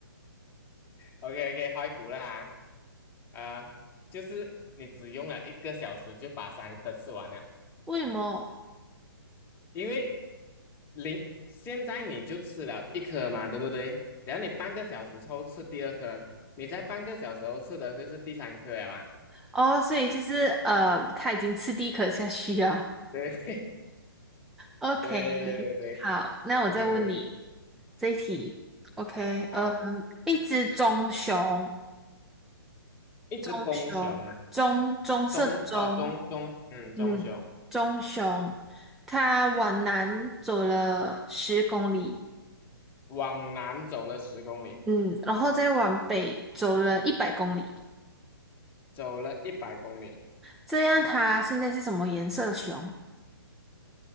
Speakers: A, on the left; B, in the centre.
A: OK OK，开估了啊。啊，就是你只用了一个小时就把三颗吃完了，
B: <laughs> 为什么？
A: 因为零，现在你就吃了一颗嘛，对不对？然后你半个小时后吃第二颗，你在半个小时后吃的就是第三颗了啊。
B: 哦，所以就是呃，他已经吃第一颗下去了。
A: 对 <laughs>
B: OK，
A: 对对对对对，
B: 好，那我再问你
A: 嗯，
B: 这一题。OK，
A: 好，
B: 呃，一只棕熊，
A: 一只公熊啊，
B: 棕熊，棕棕色的棕，
A: 中哦中中，嗯，中熊
B: 嗯，棕熊，它往南走了十公里。
A: 往南走了十公里，
B: 嗯，然后再往北走了一百公里，
A: 走了一百公里。
B: 这样它现在是什么颜色的熊？